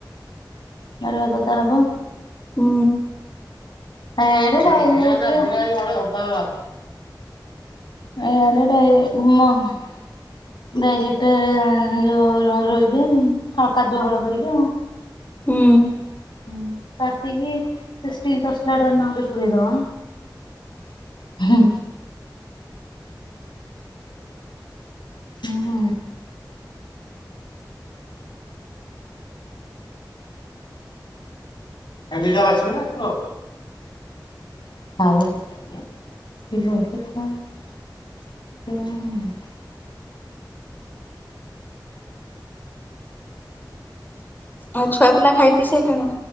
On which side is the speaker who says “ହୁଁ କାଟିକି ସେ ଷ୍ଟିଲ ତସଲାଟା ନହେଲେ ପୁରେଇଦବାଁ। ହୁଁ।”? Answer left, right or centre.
Left